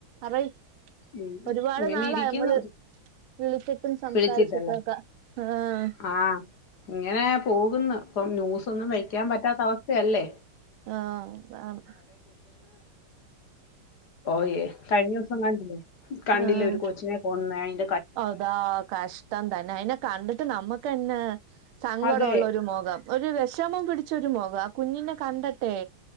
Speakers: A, on the right; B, on the left.
A: അറയ്
B: ഉം,
A: ഒരുപാട്
B: ഇങ്ങനെ
A: നാളായി
B: ഇരിക്കുന്നു
A: നമ്മള് വിളിച്ചിട്ടും സംസാരിച്ചിട്ടും
B: വിളിച്ചിട്ടല്ലേ
A: ഒക്കെ ആഹ്
B: ആ ഇങ്ങനെ പോകുന്ന ഇപ്പം ന്യൂസ്‌ ഒന്നും വയ്ക്കാൻ പറ്റാത്ത അവസ് ക്കെ അല്ലേ?
A: ആഹ ആണ്
B: ഓയേ കഴിഞ്ഞ ദിവസം കണ്ടില്ലേ കണ്ടില്ലേ
A: ആഹ്
B: ഒരു കൊച്ചിനെ പോ <unintelligible>
A: അതാ കഷ്ടം തന്നെ അയിനെ കണ്ടട്ട് നമ്മക്കന്നെ സങ്കടം
B: അതെ
A: ഉള്ള ഒരു മൊഖം ഒരു വെഷമം പിടിച്ചൊരു മോഖ ആ കുഞ്ഞിനെ കണ്ട്ട്ടെ